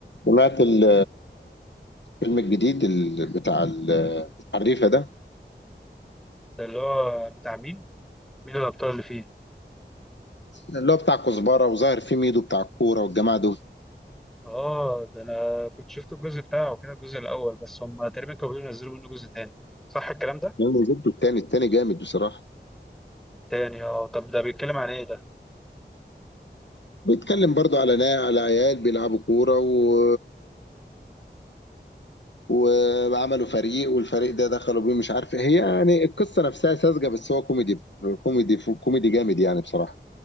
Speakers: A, on the left; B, in the centre.
A: سمعت ال- الفيلم الجديد ال- بتاع ال- الحريفة ده
B: ده اللي هو بتاع مين؟ مين الأبطال اللي فيه؟
A: اللي هو بتاع كزبرة وظاهر فيه ميدو بتاع الكورة والجماعة دول
B: آه ده أنا كنت شفت الجزء بتاعه كده الجزء الأول بس هم تقريبا كانوا بيقولوا ينزلوا منه جزء تاني صح الكلام ده؟
A: يعني نزلت التاني التاني جامد بصراحة
B: تاني آه طب ده بيتكلم عن إيه ده؟
A: بيتكلم برضو على نا على عيال بيلعبوا كورة و وعملوا فريق والفريق ده دخلوا بيه مش عارف إيه. هي يعني القصة نفسها ساذجة بس هو كوميدي كوميدي كوميدي جامد يعني بصراحة